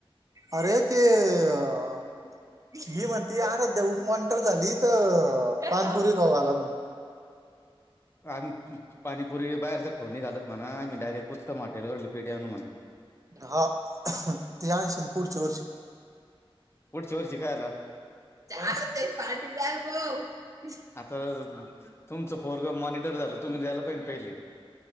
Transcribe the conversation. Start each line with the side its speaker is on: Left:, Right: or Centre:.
Right: अरे ते अ <inaudible> ही म्हणते आराध्य्या ऊ मॉनिटर झाली तर, पानपुरीे खाऊ घाला म्हणे.
Left: अन् तुई पाणीपुरी बाहेरच खाऊ नाही घालत म्हणा, आम्ही डायरेक्ट उत्तम हॉटेल वरले पेढे आणू म्हणा.
Right: हा. ते आनशील पुढच्या वर्षी
Left: पुढच्या वर्षी कयाला
Right: आता तर त्यांची पार्टी द्या भो
Left: आता, तुमचं पोरग मॉनिटर झालं, तुम्ही द्यायला पाहिजे पहिले